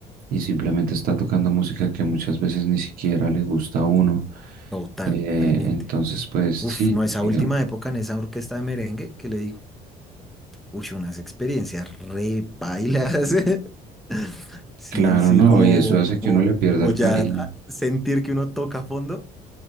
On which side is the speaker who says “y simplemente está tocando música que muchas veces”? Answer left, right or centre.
Right